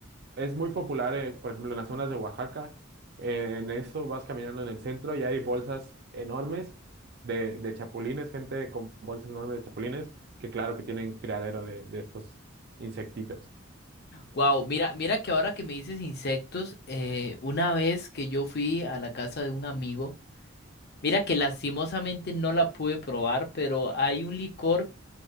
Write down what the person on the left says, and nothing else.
Wow, mira, mira que ahora que me dices insectos, eh, una vez que yo fui a la casa de un amigo, mira que lastimosamente no la pude probar, pero hay un licor